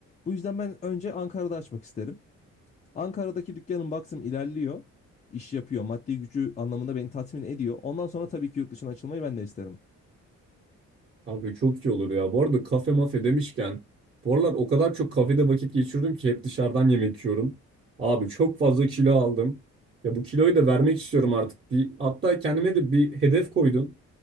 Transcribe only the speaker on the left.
Bu yüzden ben önce Ankara'da açmak isterim. Ankara'daki dükkanım baktım ilerliyor. iş yapıyor. Maddi gücü anlamında beni tatmin ediyor. Ondan sonra tabii ki yurt dışına açılmayı ben de isterim.